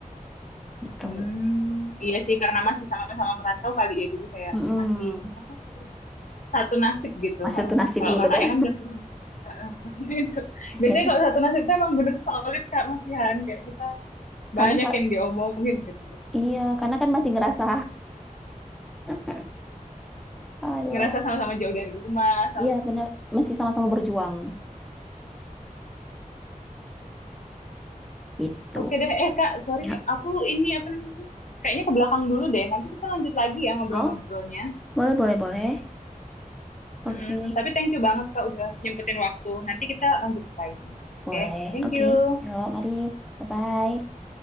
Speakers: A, in the centre; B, on the left.
A: gitu.
B: Hmm, iya sih karena masih sama-sama merantau kali ya, jadi kayak
A: Mm-mm.
B: masih apa sih satu nasib gitu.
A: Masih
B: ha.
A: tuh nasib
B: Kalau
A: iya
B: kakaknya
A: benar.
B: kan udah punya. Heeh, <laughs> itu.
A: <laughs>
B: Biasanya kalau satu nasib itu emang bener solid Kak Masihan. Kayak kita
A: Karena
B: banyak
A: sa-
B: yang diomongin gitu.
A: iya karena kan masih ngerasa <laughs> aduh
B: Ngerasa sama-sama jauh dari rumah. Sama
A: iya benar masih sama-sama berjuang gitu.
B: Oke deh, eh Kak, sorry.
A: Ya.
B: Aku ini apa namanya? Kayaknya ke belakang dulu deh. Nanti kita lanjut lagi ya ngobrol-ngobrolnya.
A: Oh boleh boleh boleh. Oke.
B: Mm-mm. Tapi thank you banget Kak udah nyempetin waktu. Nanti kita lanjut lagi.
A: Boleh.
B: Oke, thank
A: Oke.
B: you.
A: Yuk, mari. Bye-bye.